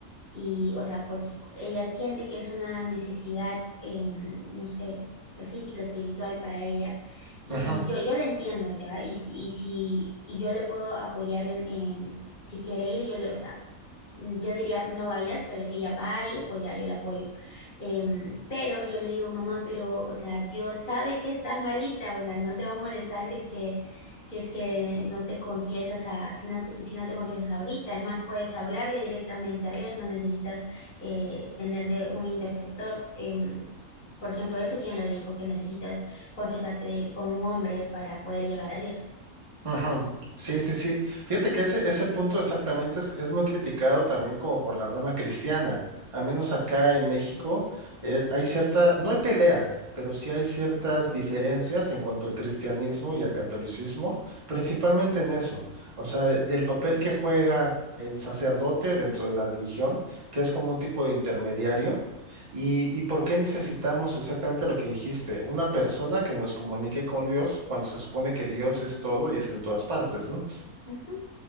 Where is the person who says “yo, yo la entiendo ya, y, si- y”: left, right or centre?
Left